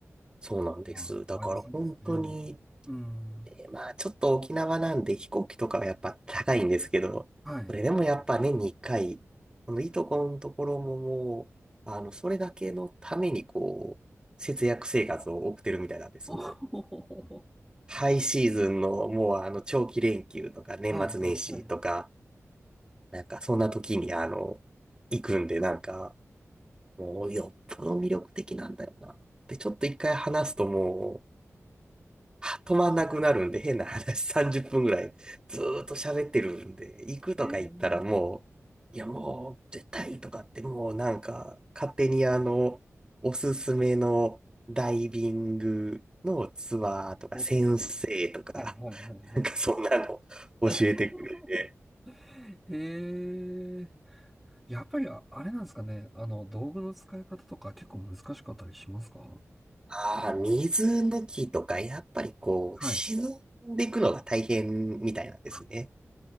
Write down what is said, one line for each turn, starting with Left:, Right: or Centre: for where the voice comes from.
Right: そうなんです。
Centre: まあ、
Right: だから本当に、
Centre: ありそうですね。うん。
Right: まあ、ちょっと沖縄なんで飛行機とかはやっぱ高いんですけど、
Centre: はい。
Right: それでもやっぱ年に1回、このいとこのところももう、あの、それだけのためにこう、節約生活を送ってるみたいなんです。
Centre: <laughs> おほほほほ
Right: もう、ハイシーズンのもうあの、長期連休とか年末年始とか、
Centre: はい、はい、はい。
Right: なんかそんな時にあの、行くんでなんか、もうよっぽど魅力的なんだよな。で、ちょっと一回話すともう、は止まんなくなるんで、変な話、30分ぐらいずーっと喋ってるんで、行くとか言ったらもう、
Centre: ええ。
Right: いやもう絶対とかってもうなんか勝手にあの、おすすめのダイビングのツアーとか先生とか、
Centre: おっと。はい、はい、はい、はい。
Right: なんかそんなの <laughs> 教えてくれて、
Centre: <laughs> へえ。やっぱりああれなんですかね。あの、道具の使い方とか結構難しかったりしますか
Right: ああ、水抜きとかやっぱりこう、
Centre: はい。
Right: 沈んでいくのが大変みたいなんですね。
Centre: あ、